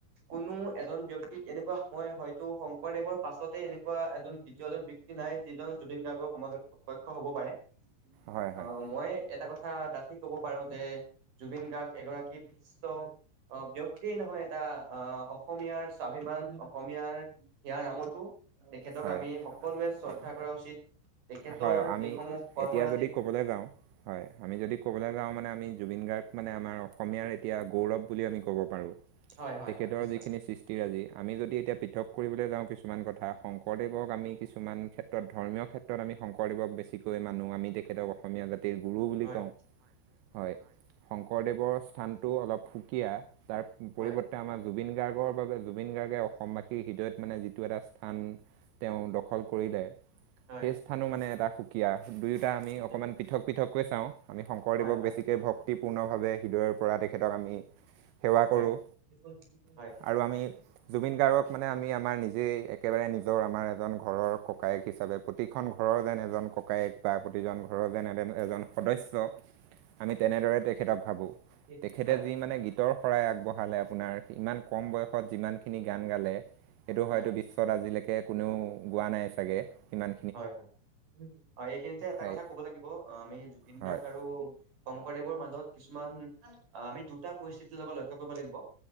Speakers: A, on the right; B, on the right.
A: কোনো এজন ব্যক্তিক এনেকুৱা মই হয়তো শংকৰদেৱৰ পাছতে এনেকুৱা এজন দ্বিতীয়জন ব্যক ব্যক্তি নাই, যিজন জুবিন গাৰ্গৰ সমাজত প্ৰত্যক্ষ হূব পাৰে,
B: হয় হয়
A: আহ', মই এটা কথা কথা ডাঠি কব পাৰো যে জুবিন গাৰ্গ এগৰাকী বিশ্ব অ', ব্যক্তিয়েই নহয় এটা আহ', অসমীয়াৰ স্বাভিমান অসমীয়াৰ হিয়াৰ আমঠু তেখেতক
B: হয়
A: আমি সকলোৱে শ্ৰদ্ধা
B: অ-
A: কৰা উচিত, তেখেতৰ
B: হয় আমি
A: যিসমূহ কৰ্মৰাজিত
B: এতিয়া যদি ক'বলৈ যাওঁ, হয়, আমি যদি ক'বলৈ যাওঁ মানে আমি জুবিন গাৰ্গ মানে আমাৰ অসমীয়াৰ এতিয়া গৌ গৌৰৱ বুলি আমি ক'ব পাৰোঁ।
A: হয় হয়
B: তেখেতৰ
A: হয় নিশ্চয়
B: যিখিনি সৃষ্টিৰাজি আমি যদি এতিয়া পৃথক কৰিবলৈ যাওঁ কিছুমান কথা কথা, শংকৰদেৱক আমি কিছুমান ক্ষেত্ৰত ধৰ্মীয় ক্ষেত্ৰত আমি শংকৰদেৱক বেছিকৈ মানো আমি তেখেতক অসমীয়া জাতিৰ গুৰু বুলি
A: হয়
B: কওঁ, হয়',। শংকৰদেৱৰ স্থানতটো অলপ সুকীয়া তাৰ পৰিৱৰ্তে
A: হয়
B: আমাৰ জুবিন গাৰ্গৰ বাবে জুবিন গাৰ্গ অসমবাসীৰ হৃদয়ত মানে যিটো এটা স্থান তেওঁ দখল কৰিলে,
A: হয়
B: সেই স্থা স্থান, মানে এটা সুকীয়া দুয়োটা আমি
A: সুকীয়া
B: অকণমান পৃথক পৃথকৈ চাওঁ আমি শংকৰদেৱক
A: হয় হয়
B: বেছিকে ভক্তি পূৰ্ণভাৱে হৃদয়ৰ পৰা তেখেতক‌ আমি সেৱা
A: হয়
B: কৰোঁ
A: হয় হয় হয়
B: আৰু আমি জুবিন গাৰ্গক মানে আমি আমাৰ নিজেই একেবাৰে নিজৰ আমাৰ এজন ঘৰৰ ককায়েক হিচাপে প্ৰতি ঘৰৰ যেন এজন ককায়েক বা প্ৰতিজন ঘৰৰ যেন এ এজন সদস্য আমি তেনেদৰে তেখেতক ভাবোঁ
A: হয়
B: তেখেতে যি মানে গীতৰ শৰাই আগবঢ়ালে আপোনাৰ ইমান কম কম বয়সত যিমানখিনি গান গালে এইটো
A: হয়
B: হয়তো বিশ্বত আজিলৈকে কোনেও গোৱা নাই চাগে ইমান
A: হয়', হয়',। হয়', আৰু এইখিনিতে এটা
B: হয়
A: কথা ক'ব লাগিব অ', আমি জুবিন
B: হয়
A: গাৰ্গ আৰু শংকৰদেৱৰ ম মাজত, কিছুমান অ', আমি দুটা পৰিস্থিতিৰ লগত লক্ষ্য কৰিব লাগিব,